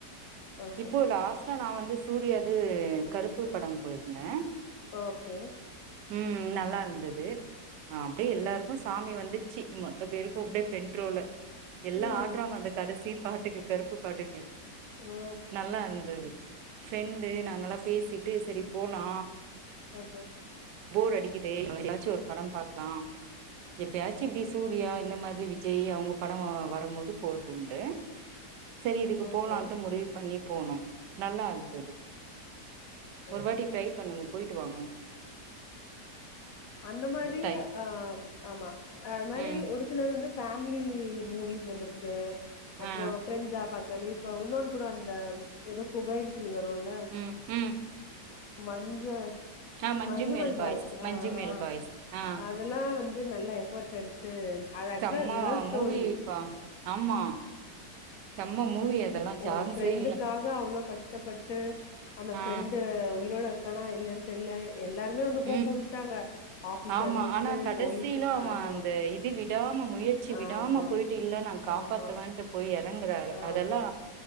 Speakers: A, on the left; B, on the right.
A: ஆமா
B: இப்போ லாஸ்டா நா வந்து சூர்யாது கருப்பு படம் போய்ருந்தே
A: ஓகே
B: ம் நல்லா இருந்தது அப்டியே
A: ம்
B: எல்லார்க்கு சாமி வந்து ச்சி மொத்த பேருக்கு அப்டே ஃப்ரெண்ட் ரோல எல்லா
A: ம்
B: ஆட்றாங்க அந்த கடசி பாட்டுக்கு கருப்பு பாட்டுக்
A: ஓ
B: நல்லா இந்துது ஃப்ரெண்டு நாங்கல்லா பேசிட்டு செரி போலா
A: ஓகே
B: போர் அடிக்கிதே எதாச்சு ஒரு படம் பாக்லா எப்பயாச்சி இப்டி சூரியா
A: ம்
B: இந்த மாதிரி வி ஜய் அவுங்க படோ வரமோது போறதுண்டு செரி இதுக்கு
A: ஓகே
B: போலான்ட்டு முடிவு பண்ணி போனோ நல்லா இந்துது ஒரு
A: ஓகே
B: வாட்டி ட்ரை பண்ணுங்க போய்ட்டு வாங்கோ
A: அந்த மாரி
B: டை
A: ஆ ஆம் ஆமா அத் மாரி
B: ம்
A: ஒரு சிலது வந்து ஃபேமிலி மூவிஸ் வந்துருக்கு அப்புறோ
B: ஆ
A: ஃப்ரெண்ஸ்ஸா பா க்றம் இப்ப உன்னோனு கூட அந்த எதோ குகைன் சொல்லி வருல்ல
B: ம் ம்
A: மஞ்ச
B: ஆ மஞ்சு
A: மஞ்சுவல்
B: மேல் பாய்ஸ் மஞ்சு
A: ஆ
B: மேல்
A: ஆ
B: பாய்ஸ் ஆ
A: அதெல்லா வந்து நல்ல எஃபர்ட் எடுத்து அது ஆக்சுவலா
B: செம்ம
A: ரியல் ஸ்டோரி
B: மூவிப்பா ஆமா செம்ம மூவி அதெல்லா சான்ஸே
A: ஒரு ஃப்ரெண்டுக்காக
B: இல்ல
A: அவ்ளோ கஷ்டப்பட்டு அந்த ஃப்ரெண்டு
B: ஆ
A: உயிரோட இரு க்கனா இல்லயான் தெர்ல எல்லாருமே வந்து ஹோப்
B: ம்
A: உட்டுட்டாங்க ஆஃபிசர்லருந்து
B: ஆமா ஆனா கடைசியில
A: போலீஸ்
B: அவ
A: ஆமா
B: அந்த இது விடாம முயற்சி விடாம
A: ஆமா
B: போயிட்டு இல்ல நா காப்பாத்துவன்ட்டு
A: ஆமா
B: போயி எறங்கறாரு
A: ஆமா
B: அதெல்லா